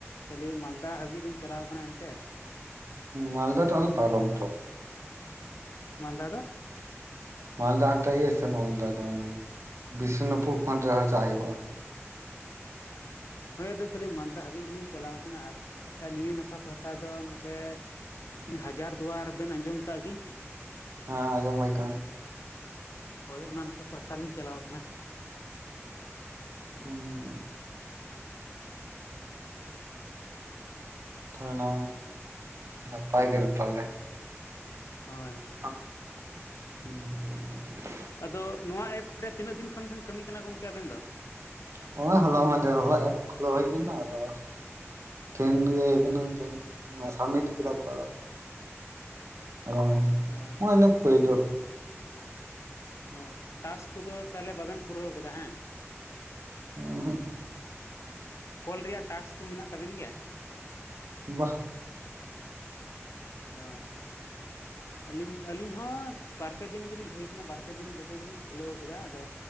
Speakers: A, on the left (about 70°); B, on the right (about 70°).
A: ᱠᱷᱟᱹᱞᱤ ᱢᱟᱞᱫᱟ ᱦᱟᱹᱵᱤᱡ ᱞᱤᱧ ᱪᱟᱞᱟᱣ ᱟᱠᱟᱱᱟ ᱮᱱᱛᱮ
B: ᱢᱟᱞᱫᱟ ᱛᱚ ᱟᱞᱮ ᱯᱟᱨᱚᱢ ᱛᱚ
A: ᱢᱟᱞᱫᱟ ᱫᱚ
B: ᱢᱟᱞᱫᱟ <unintelligible> ᱢᱟᱞᱫᱟ ᱫᱚ ᱟᱱᱮ ᱵᱤᱥᱱᱩᱯᱩᱨ ᱠᱷᱚᱱ ᱟᱨᱦᱚᱸ ᱪᱟᱜ ᱦᱩᱭᱩᱜᱼᱟ
A: ᱦᱳᱭ ᱟᱫᱚ ᱠᱷᱟᱹᱞᱤ ᱢᱟᱞᱫᱟ ᱦᱟᱹᱵᱤᱡ ᱜᱮᱞᱤᱧ ᱪᱟᱞᱟᱣ ᱟᱠᱟᱱᱟ ᱟᱨ ᱱᱤᱭᱟᱹ ᱱᱟᱠᱷᱟ ᱯᱟᱦᱴᱟ ᱫᱚ ᱱᱚᱛᱮ ᱦᱟᱡᱟᱨ ᱫᱩᱣᱟᱨ ᱵᱮᱱ ᱟᱸᱡᱚᱢ ᱟᱠᱟᱫ ᱜᱮ
B: ᱦᱮᱸ ᱟᱡᱚᱢ ᱦᱳᱭ ᱠᱟᱱᱟ
A: ᱦᱳᱭ ᱚᱱᱟ ᱱᱟᱠᱷᱟ ᱯᱟᱦᱴᱟ ᱞᱤᱧ ᱪᱟᱞᱟᱣ ᱟᱠᱟᱱᱟ
B: ᱚ ᱛ ᱱᱟ ᱱᱟᱯᱟᱭ ᱜᱮ ᱛᱟᱞᱮ
A: ᱦᱳᱭ
B: <unintelligible>
A: ᱟᱫᱚ ᱱᱚᱣᱟ ᱮᱯ ᱨᱮ ᱛᱤᱱᱟᱹᱜ ᱫᱤᱱ ᱠᱷᱚᱱ ᱵᱮᱱ ᱠᱟᱹᱢᱤ ᱠᱟᱱᱟ ᱜᱚᱝᱠᱮ ᱟᱵᱮᱱ ᱫᱚ?
B: ᱱᱚᱜ-ᱚᱭ ᱦᱚᱞᱟ ᱢᱟᱫᱷᱮᱨ ᱦᱚᱞᱟ ᱮᱯ ᱠᱷᱩᱞᱳ ᱦᱩᱭ ᱠᱟᱱᱟ ᱟᱫᱚ ᱛᱮᱦᱮᱧ ᱜᱮ ᱤᱵᱷᱤᱱᱤᱝ ᱴᱟᱭᱤᱢ ᱢᱟᱱᱮ ᱥᱟᱵᱢᱤᱴ ᱠᱮᱫᱟ ᱠᱚ ᱟᱨᱚᱭ
A: ᱦᱳ
B: <unintelligible> ᱯᱳᱭᱞᱳ
A: ᱚ ᱴᱟᱥᱠ ᱠᱚᱫᱚ ᱛᱟᱦᱚᱞᱮ ᱵᱟᱵᱮᱱ ᱯᱩᱨᱟᱹᱣ ᱠᱟᱫᱟ ᱦᱟᱝ?
B: ᱩᱸᱦᱩᱜ
A: ᱠᱚᱞ ᱨᱮᱭᱟᱜ ᱴᱟᱥᱠ ᱠᱚ ᱢᱮᱱᱟᱜ ᱛᱟᱵᱮᱱ ᱜᱮᱭᱟ?
B: ᱵᱟ
A: ᱚ ᱟᱹᱞᱤᱧ ᱟᱹᱞᱤᱧ ᱦᱚᱸ ᱵᱟᱨ ᱯᱮ ᱫᱤᱱ ᱜᱮᱞᱤᱧ ᱦᱩᱭ ᱟᱠᱟᱱᱟ ᱵᱟᱨ ᱯᱮ ᱫᱤᱱ ᱢᱚᱫᱽᱫᱷᱮ ᱜᱮᱞᱤᱧ ᱠᱷᱩᱞᱟᱹᱣ ᱟᱠᱟᱫᱟ ᱟᱫᱚ